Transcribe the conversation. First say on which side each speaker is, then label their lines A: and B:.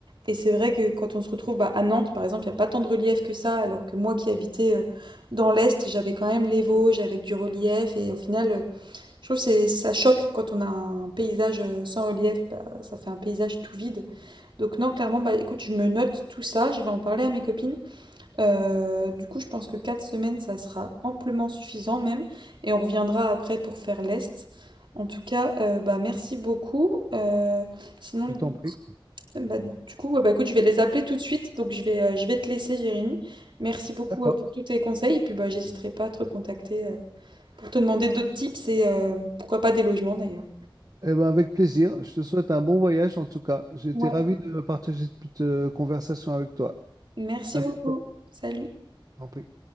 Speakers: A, on the right (about 65°); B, on the right (about 45°).
A: Et c'est vrai que quand on se retrouve bah, à Nantes, par exemple, il n'y a pas tant de relief que ça, alors que moi qui habitais euh, dans l'Est, j'avais quand même les Vosges avec du relief. Et au final, euh, je trouve que ça choque quand on a un paysage euh, sans relief, bah, ça fait un paysage tout vide. Donc non, clairement, bah, écoute, je me note tout ça, je vais en parler à mes copines. Euh, du coup, je pense que 4 semaines, ça sera amplement suffisant même. Et on reviendra après pour faire l'Est. En tout cas, euh, bah, merci beaucoup. Euh, sinon,
B: Je t'en prie.
A: bah, du coup, ouais, bah, écoute, je vais les appeler tout de suite. Donc, je vais, euh, je vais te laisser, Jérémy. Merci beaucoup
B: D'accord.
A: euh, pour tous tes conseils. Et puis, bah, j'hésiterai pas à te recontacter euh, pour te demander d'autres tips et euh, pourquoi pas des logements d'ailleurs.
B: Eh ben, avec plaisir. Je te souhaite un bon voyage en tout cas. J'ai été
A: Ouais.
B: ravi de partager cette petite euh, conversation avec toi.
A: Merci
B: À
A: beaucoup.
B: bientôt.
A: Salut.
B: Je t'en prie.